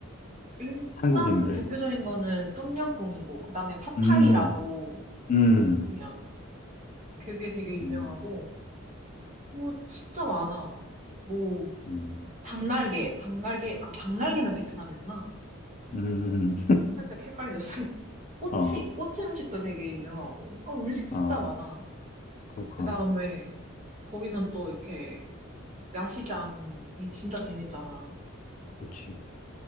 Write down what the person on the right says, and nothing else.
일단
대표적인
거는 똠양꿍이고, 그 다음에 팟타이라고
보면, 그게 되게 유명하고,
뭐, 진짜 많아. 뭐,
닭날개, 닭날개, 아, 닭날개는 베트남이구나.
살짝 헷갈렸어. <laughs> 꼬치,
꼬치 음식도 되게 유명하고, 어, 음식 진짜
많아.
그 다음에, 거기는 또 이렇게, 야시장이 진짜 재밌잖아.